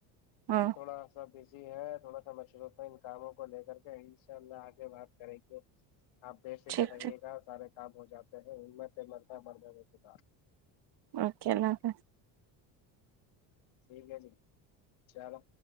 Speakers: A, on the right; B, on the left.
A: ہاں
B: ہم تھوڑا سا جی ہے تھوڑا سا مشروف تھا ان کاموں کو لے کر کے انشاء اللہ آگے بات کنے پ آپ بے فکر
A: ٹھیک
B: رہیے
A: ٹھیک
B: گا سارے کام ہو جاتے ہیں ہمت مرتاہ مرد خ
A: اوکے اللہ حافظ
B: ٹھیک ہے جی چلو